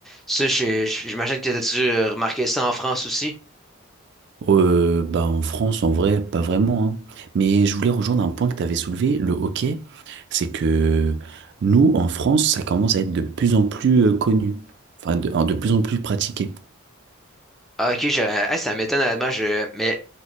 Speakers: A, in the centre; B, on the right.
A: ça, je- je- j'imagine que tu dû euh, remarquer ça en France aussi.
B: Euh, bah en France, en vrai, pas vraiment. hein. Mais je voulais rejoindre un point que tu avais soulevé, le hockey. C'est que nous, en France, ça commence à être de plus en plus euh, connu. Enfin, de, de plus en plus pratiqué.
A: Ah, ok, je- hey, ça m'étonne, honnêtement, je, mais